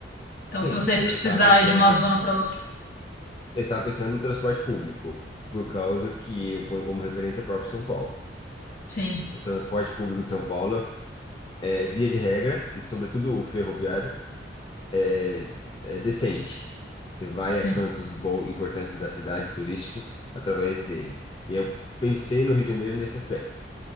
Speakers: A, on the left; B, on the left.
A: Então,
B: Sim,
A: se você precisar
B: eu estava pensando,
A: ir de uma zona para outra,
B: eu estava pensando no transporte público, por causa que eu ponho como referência o próprio São Paulo.
A: sim,
B: Os transportes públicos de São Paulo, é, via de regra, e sobretudo o ferroviário, é é decente. Você vai a
A: hum,
B: cantos bons, importantes da cidade, turísticos, através dele. E eu pensei no Rio de Janeiro nesse aspecto.